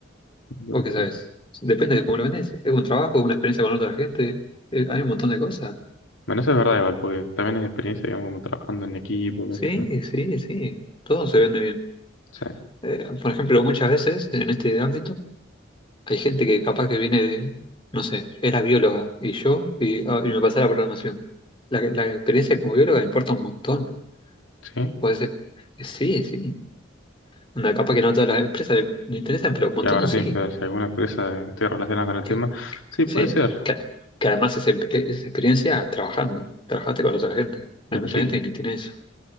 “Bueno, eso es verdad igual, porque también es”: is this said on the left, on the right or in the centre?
Left